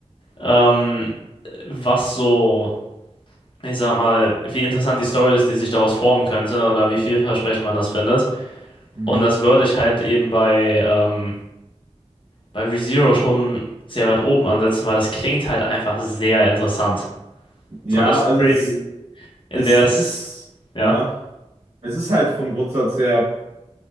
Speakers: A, on the left (about 45°); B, on the right (about 75°).
A: ähm, was so, ich sag mal, wie interessant die Story ist, die sich daraus formen könnte oder wie vielversprechend man das findet.
B: Mhm.
A: Und das würde ich halt eben bei, ähm, bei ReZero schon sehr weit oben ansetzen, weil das klingt halt einfach sehr interessant.
B: Ja,
A: So eine Story,
B: also es,
A: in
B: es
A: der
B: ist,
A: es, ja,
B: ja, es ist halt vom Grundsatz her